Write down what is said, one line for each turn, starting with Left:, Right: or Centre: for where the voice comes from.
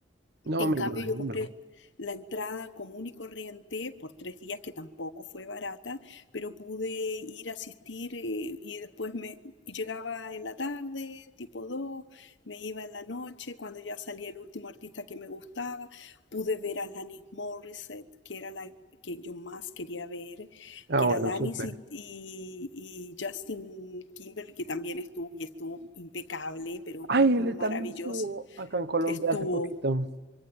Right: No,
Left: En
Right: me
Left: cambio,
Right: imagino.
Left: yo compré la entrada común y corriente por tres días, que tampoco fue barata, pero pude ir a asistir eh, y después me y llegaba en la tarde, tipo 2, me iba en la noche, cuando ya salía el último artista que me gustaba, pude ver a Alanis Morissette, que era la que yo más quería ver,
Right: Ah,
Left: que
Right: bueno,
Left: era Alanis
Right: súper.
Left: y, y- y Justin Timberlake que también estuvo y estuvo impecable, pero
Right: Ay,
Left: maravilloso
Right: él también estuvo acá en Colombia
Left: estuvo.
Right: hace poquito.